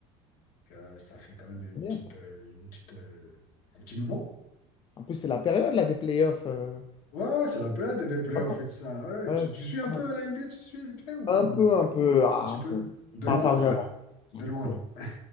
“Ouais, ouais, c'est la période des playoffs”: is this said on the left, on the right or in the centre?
Left